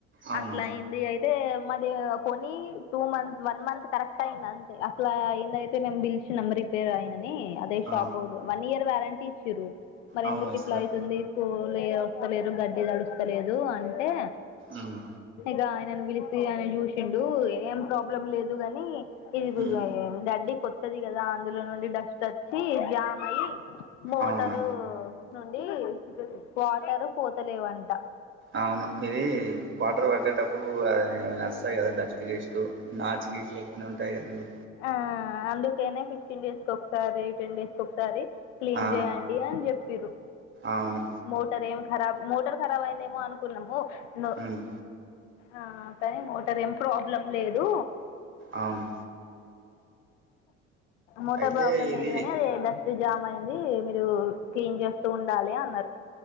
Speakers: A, on the right; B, on the left.
A: అవునా
B: అట్లా అయింది అయితే మాది కొని two month one month correct అయింది అంతే అట్లా అయింది అయితే మే బిల్షిణం రిపేర్ ఆయిన అదే షాప్పోడు
A: ఆ
B: వన్ ఇయర్ వారంటీ ఇచ్చారు మరి
A: అవును
B: ఎందుకు
A: ఇస్తారు
B: ఇట్లా అతుంది లే వస్తలేరు గడ్డి తడుస్తలేదు అంటే
A: ఉమ్
B: ఇంకా ఆయనను పిలిసి ఆయన చూసిండు ఏం ప్రాబ్లం లేదు గాని <unintelligible>
A: ఉమ్
B: గడ్డి కొత్తది కదా అందులో నుండి డస్ట్ వచ్చి జామ్ అయిి మోటరు
A: అవునా
B: నుండి వాటరు పోతలేవంట
A: అవును ఇది వాటర్ పట్టేటప్పుడు అ ఏమైనా వస్తాయి కదా డస్ట్ గీస్టు నాచ గీస్ ఏదైనా ఉంటాయి కదండి
B: ఆహ్ అందుకేనే ఫిఫటీన్ డేస్కి ఒక సారి టెన్ డేస్ ఒకసారి క్లీన్
A: ఆ
B: చేయండి అని చెప్పిండ్రు
A: అవును
B: మోటర్ ఏం కారబ్ మోటార్ ఖరాబ్ అయిందేమో అనుకున్నాము ను
A: ఉమ్
B: ఆ కానీ మోటర్ ఏం ప్రాబ్లం లేదు
A: అవును
B: మోటో
A: అయితే
B: ప్రాబ్లం
A: ఇది
B: లేదు కానీ అది డస్ట్ జామ్ అయింది మీరు క్లీన్ చేస్తూ ఉండాలి అన్నారు